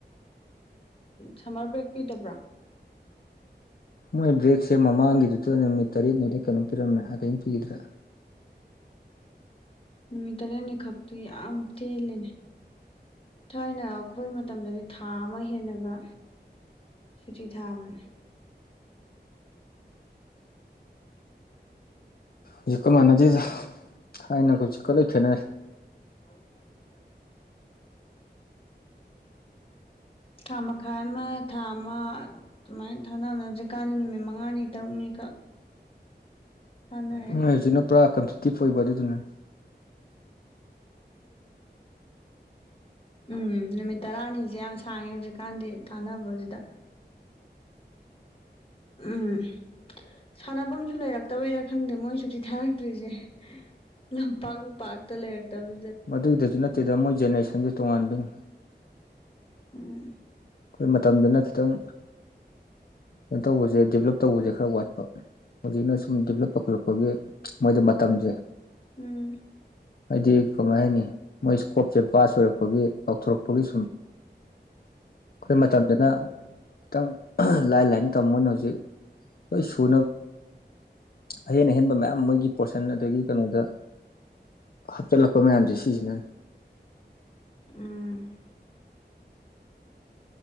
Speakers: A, on the left; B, on the left.
A: ꯁꯝꯃꯔ ꯕ꯭ꯔꯦꯛ ꯄꯤꯗꯕ꯭ꯔꯥ
B: ꯃꯣꯏ ꯕꯦꯛꯁꯦ ꯃꯃꯥꯡꯒꯤꯗꯨꯗ ꯅꯨꯃꯤꯠ ꯇꯔꯦꯠꯅꯤꯗ ꯀꯩꯅꯣ ꯄꯤꯔꯝꯃꯦ ꯑꯗꯨꯩꯅ ꯄꯤꯈꯤꯗ꯭ꯔꯥ
A: ꯅꯨꯃꯤꯠ ꯇꯔꯦꯠꯅꯤ ꯈꯛꯇꯤ ꯌꯥꯝ ꯇꯦꯜꯂꯦꯅꯦ ꯊꯥꯏꯅ ꯑꯩꯈꯣꯏ ꯃꯇꯝꯗꯗꯤ ꯊꯥ ꯑꯃ ꯍꯦꯜꯂꯒ ꯁꯨꯇꯤ ꯊꯥꯕꯅꯦ
B: ꯍꯧꯖꯤꯛꯀ ꯃꯥꯟꯅꯗꯦꯗ ꯊꯥꯏꯅꯖꯤꯛꯀ ꯂꯣꯏ ꯈꯦꯠꯅꯔꯦ
A: ꯇ ꯍꯥꯏꯥꯏꯅ ꯐꯥꯗꯦ ꯊꯥ ꯃꯈꯥꯏ ꯑꯃ ꯊꯥ ꯑꯃ ꯑꯗꯨꯨꯃꯥꯏꯅ ꯊꯥꯅꯕ ꯍꯧꯖꯤꯀꯥꯟꯗꯤ ꯅꯨꯃꯤꯠ ꯃꯉꯥꯅꯤ ꯇꯔꯨꯛꯅꯤꯈꯛ ꯊꯥꯅꯔꯦ
B: ꯎ ꯍꯧꯖꯤꯛꯅ ꯄꯨꯔꯥ ꯀꯝꯁꯤꯛꯇꯤ ꯐꯣꯏꯕ ꯑꯗꯨꯗꯨꯅ
A: ꯎꯝ ꯇꯔꯥꯅꯤꯁꯦ ꯌꯥꯝ ꯁꯥꯡꯉꯦ ꯍꯧꯖꯤꯛꯀꯥꯟꯗꯤ ꯊꯥꯅꯕꯗꯨꯗ ꯎꯝ ꯁꯥꯟꯅꯐꯝꯁꯨ ꯂꯩꯔꯛꯇꯕꯩꯔꯥ ꯈꯪꯗꯦ ꯃꯣꯏꯁꯨ ꯆꯤꯊꯔꯛꯇ꯭ꯔꯤꯁꯦ ꯂ ꯄꯥ ꯄꯇ ꯂꯩꯦꯔꯥꯛꯛꯇꯕ
B: ꯃꯗꯨꯏꯗꯁꯨ ꯅꯠꯇꯦꯗ ꯃꯣꯏ ꯖꯦꯅꯦꯔꯦꯁꯟꯁꯦ ꯇꯣꯉꯥꯟꯕꯒꯤꯅꯤ
A: ꯎꯝ
B: ꯑꯩꯈꯣꯏ ꯃꯇꯝꯗꯨꯅ ꯈꯤꯇꯪ ꯀꯩꯅꯣ ꯇꯧꯕꯁꯦ ꯗꯦꯕꯂꯞ ꯇꯧꯕꯁꯦ ꯈꯔ ꯋꯥꯠꯄ ꯍꯧꯖꯤꯛꯅ ꯁꯨꯝ ꯗꯤꯕꯂꯞ ꯄꯨꯧꯈꯠꯂꯛꯄꯒꯤ ꯃꯣꯏꯗ ꯃꯇꯝꯁꯦ
A: ꯎꯝ
B: ꯍꯥꯏꯗꯤ ꯀꯃꯥꯏ ꯍꯥꯏꯅꯤ ꯃꯣꯏ ꯏꯁꯀꯣꯞꯁꯦ ꯄꯥꯁ ꯑꯣꯏꯔꯛꯄꯒꯤ ꯂꯥꯎꯊꯣꯔꯛꯄꯒꯤ ꯁꯨꯝ ꯑꯩꯈꯣꯏ ꯃꯇꯝꯁꯤꯅ ꯈꯤꯇꯪ ꯂꯥꯏ ꯂꯥꯏ ꯃꯣꯏ ꯍꯧ ꯁꯨ ꯑꯍ ꯑꯍꯦꯟꯕ ꯃꯌꯥꯝ ꯃ ꯄꯣꯔꯁꯟ ꯑꯗꯒꯤ ꯀꯩꯅꯣꯗ ꯍꯥꯞꯆꯤꯜꯂꯛꯄ ꯃꯌꯥꯝꯁꯦ ꯁꯤꯁꯤꯅꯅꯤ
A: ꯎꯝ